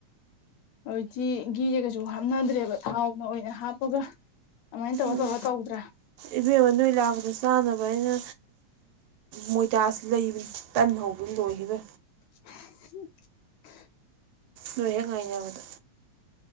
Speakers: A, on the left (about 80°); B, on the right (about 80°).
A: ꯍꯧꯖꯤꯛꯇꯤ ꯒꯤꯅ ꯀꯩꯁꯨ ꯍꯥꯞꯅꯗ꯭ꯔꯦꯕ ꯊꯥꯎꯅ ꯑꯣꯏꯅ ꯍꯥꯞꯄꯒ꯫ ꯑꯗꯨꯃꯥꯏꯅ ꯇꯧꯔ
B: ꯎꯝ
A: ꯇꯧꯔ ꯇꯧꯗ꯭ꯔꯥ꯫
B: ꯏꯕꯦꯝꯃ ꯅꯣꯏ ꯂꯥꯛꯄꯗ ꯆꯥꯅꯕ ꯑꯩꯅ ꯃꯣꯏꯗꯥꯁꯤ ꯂꯩꯕꯅꯤ꯫ ꯇꯟꯍꯧꯕꯗ ꯂꯣꯏꯈꯤꯗꯣꯔꯦ꯫
A: <unintelligible>
B: ꯅꯣꯏ ꯍꯦꯛ ꯉꯥꯏꯅꯕꯗ꯫